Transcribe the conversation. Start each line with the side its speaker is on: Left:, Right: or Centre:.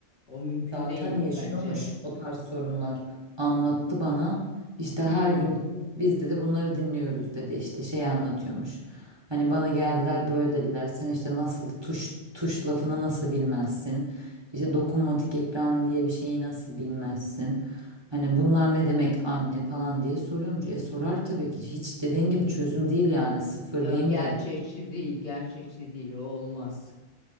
Left: O mümkün
Right: Zaten
Left: değil
Right: yaşıyormuş
Left: bence.
Right: o tarz sorunlar. Anlattı bana. İşte
Left: Hmm.
Right: her gün dedi, biz dedi bunları dinliyoruz dedi. İşte şey anlatıyormuş. Hani bana geldiler böyle dediler. Sen işte nasıl tuş tuş lafını nasıl bilmezsin? İşte dokunmatik ekran diye bir şeyi nasıl bilmezsin? Hani bunlar ne demek anne falan diye soruyormuş. E sorar tabii ki. Hiç dediğin gibi çözüm değil yani. Sıfır
Left: Ya
Right: diyeyim
Left: gerçekçi
Right: de.
Left: değil, gerçekçi değil, o olmaz.